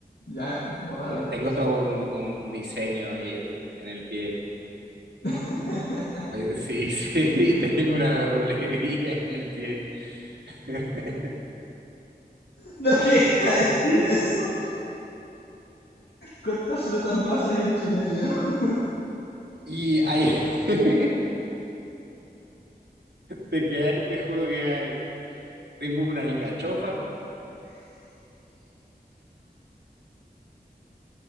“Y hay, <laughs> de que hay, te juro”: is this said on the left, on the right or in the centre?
Right